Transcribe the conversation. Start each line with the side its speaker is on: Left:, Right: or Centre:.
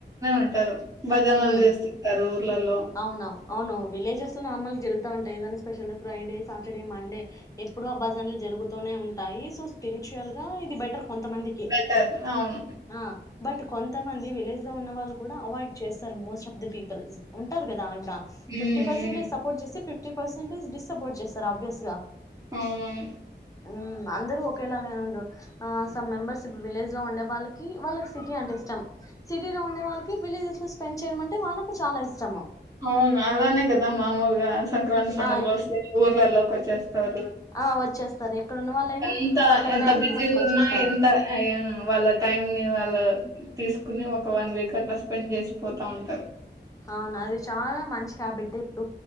Right: అంటారు భజనలు
Left: ఉమ్
Right: చేస్తుంటరు లల్లో
Left: అవునవు అవును విలేజెస్ లో నార్మల్ జరుగుతా ఉంటాయి ఏదైనా స్పెషల్డే ఫ్రైడేస్ యం మన్డే ఎప్పుడో భజన్లు జరుగుతూనే ఉంటా టై సోస్ స్పీర్చ్యువల్ గా ఇది బెటర్ కొంతమందికి
Right: బెటర్ అవును
Left: ఆ బట్ కొంతమంది విలేజ్ లో ఉన్న వాళ్ళు కూడా అవైడ్ చేస్తారు మోస్ట్ ఆఫ్ ది పీపుల్ ఉంటరు కదా ఇప్పుడు
Right: ఉమ్
Left: ఫిఫ్టీ
Right: ఉమ్
Left: పెర్సెంట్ యే సపోర్ట్ చేస్తే ఫిఫ్టీ ఫిఫ్టీ పెర్సెంటేజ్ డిస్సపోర్ట్ చేస్తారు ఆబ్యాస్గా
Right: ఆవును
Left: ఉమ్ అందరూ ఒకేలాగే ఏం ఉండరు ఆ సమ్ మెంబెర్స్ ఇప్పుడు విలేజ్ లో ఉండే వాళ్ళకి వాళ్ళకి సిటీ అంటే ఇష్టం సిటీలో ఉండే వాళ్ళకి విలేజస్ స్పెండ్ చేయడమంటే వాళ్ళకు చాలా ఇష్టం శ్రమ
Right: అవును అలానే కదా మామూలుగా సంక్రాంతి పండుగలు
Left: ఆ
Right: వస్తే ఊర్లల్లోకి వచ్చేస్తారు
Left: ఆ వచ్చేస్తారు ఎక్కడున్న వాళ్ళైనా
Right: ఎంత
Left: పండగ
Right: ఎంత
Left: టైంకి
Right: బిజీ
Left: ముందుకు వచ్చేస్తారు
Right: ఉన్నా ఎంత వాళ్ళ టైమ్ ని వాళ్ళు తీసుకుని ఒక వన్ వీక్ అట్లా స్పెండ్ చేసిపోతా ఉంటారు
Left: అవునా అది చాలా మంచి హ్యాబిట్ ఇప్పుడు